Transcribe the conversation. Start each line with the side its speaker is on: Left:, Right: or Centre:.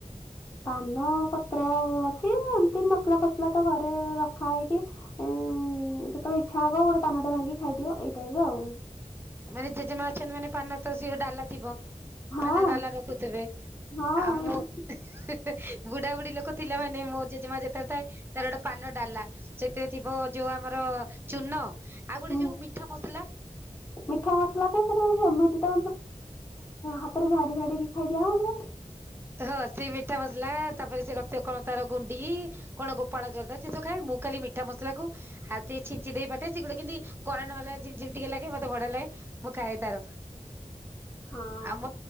Left: ପାନ ପତ୍ର ଅଛି ଏମତି ମସଲା ଫସଲା ତ ଘରେ ରଖା ହେଇକି
Right: <inaudible>
Left: ହଁତେବେ ଇଚ୍ଛା ହବ ଗୋଟେ ପାନ ଟା ଭାଙ୍ଗିକି ଖଦବ ଏଇ ଟାଇପ ର ଆଉ
Right: ମାନେ ଜେଜେମା ଅଛନ୍ତି ମାନେ ପାନ ତ ସ ଡାଲା ଥିବ
Left: ହଁ
Right: ପନ ଡାଲ ରଖୁଥିବେ
Left: ହଁ।
Right: ଆମ ବୁଢାବୁଢୀ ଲୋକ ଥିଲା ମାନେ ମୋ ଜେଜେମା ଯେତେବେଳେ ଥାଏ ତାର ଗୋଟେ ପାନ ଡାଲା ସେଥିରେ ଥିବ ଯୋଉ ଆମର ଚୁନ ଆଉ ଗୋଟେ
Left: ହୁଁ
Right: ଯୋଉ ମିଠା ମସଲା
Left: ମିଠା ମସଲା ତ ସେ ଏମିତି ତ ହାତରେ ଝାଡି ଝାଡିକି ଖାଇଦିଆ ହଉନା
Right: ହଁ ସେ ମିଠା ମସଲା ତାପରେ ସେ ରକ୍ତ କଣ ତାର ଗୁଣ୍ଡି କଣ ଗୋପାଳ ଜରଦା ସେ ସବ ଖାଏ ମୁଁ ଖାଲି ମିଠା ମସଲା କୁ ଆଉ ଟିକେ ଛିଞ୍ଚି ଦେଇ ପାଟେ ସେ ଗୁଟେ କି କରୋ ନ ବାଲା ଯେମିତି ଟିକେ ଲାଗେ ମତେ ବଢ ଲାଗେ ମୁଁ ଖାଇ ତାର
Left: ହଁ
Right: ଆମ